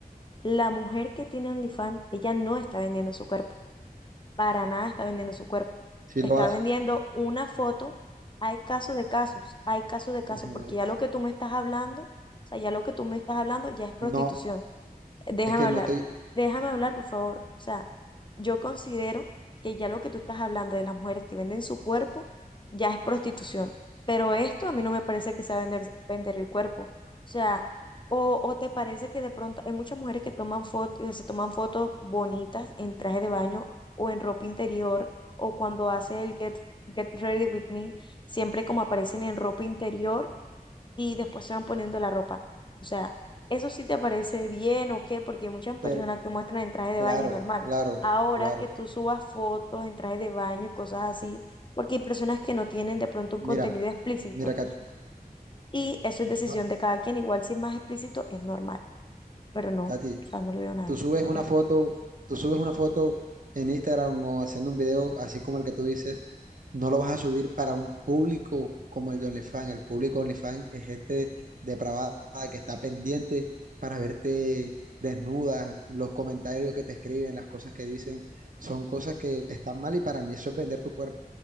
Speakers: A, on the left; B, on the right.
A: La mujer que tiene OnlyFans, ella no está vendiendo su cuerpo Para nada está vendiendo su cuerpo.
B: si
A: Está
B: lo haces,
A: vendiendo una foto. Hay casos de casos, hay casos de casos,
B: imagínate.
A: porque ya lo que tú me estás hablando, o sea, ya lo que tú me estás hablando ya es prostitución.
B: No,
A: Déjame
B: es que
A: hablar,
B: no te,
A: déjame hablar, por favor. O sea, yo considero que ya lo que tú estás hablando de las mujeres que venden su cuerpo ya es prostitución, pero esto a mí no me parece que sea vender, vender el cuerpo. O sea, o, o te parece que de pronto hay muchas mujeres que toman fotos, se toman fotos bonitas en traje de baño o en ropa interior, o cuando hace el Get, Get Ready With Me, siempre como aparecen en ropa interior y después se van poniendo la ropa. O sea, ¿eso sí te parece bien o qué? Porque hay muchas personas
B: Pero,
A: que muestran en traje de
B: claro,
A: baño y normal.
B: claro,
A: Ahora
B: claro.
A: que tú subas fotos en traje de baño y cosas así, porque hay personas que no tienen de pronto un
B: Mira,
A: contenido explícito.
B: mira, Katy,
A: Y eso es decisión
B: no,
A: de cada quien. Igual si es más explícito es normal. Pero no,
B: Katy,
A: o sea, no le veo nada.
B: tú subes una
A: ¿Qué?
B: foto, tú subes una foto en Instagram o haciendo un video así como el que tú dices, no lo vas a subir para un público como el de OnlyFans. El público de OnlyFans es gente depravada que está pendiente para verte desnuda, los comentarios que te escriben, las cosas que dicen, son cosas que están mal y para mí eso es vender tu cuerpo.